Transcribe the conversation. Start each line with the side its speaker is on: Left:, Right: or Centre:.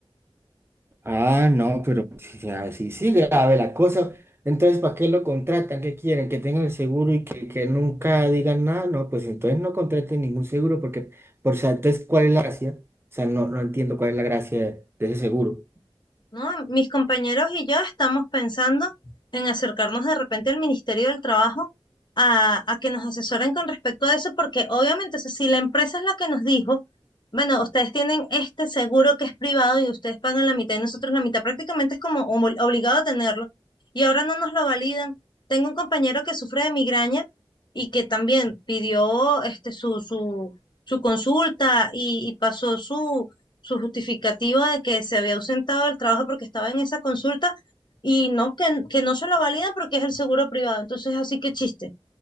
Right: Ah, no, pero si así sigue grave la cosa, entonces ¿para qué lo contratan? ¿Qué quieren? ¿Que tengan el seguro y que, que nunca digan nada? No, pues entonces no contraten ningún seguro porque, por, o sea, entonces ¿cuál es la gracia? O sea, no, no entiendo cuál es la gracia de ese seguro.
Left: ¿no? Mis compañeros y yo estamos pensando en acercarnos de repente al Ministerio del Trabajo a, a que nos asesoren con respecto a eso, porque obviamente, o sea, si la empresa es la que nos dijo, bueno, ustedes tienen este seguro que es privado y ustedes pagan la mitad y nosotros la mitad, prácticamente es como omo- obligado a tenerlo, y ahora no nos lo validan. Tengo un compañero que sufre de migraña y que también pidió este, su, su, su consulta y y pasó su su justificativa de que se había ausentado del trabajo porque estaba en esa consulta y no, que, que no se lo validan porque es el seguro privado. Entonces, así que chiste.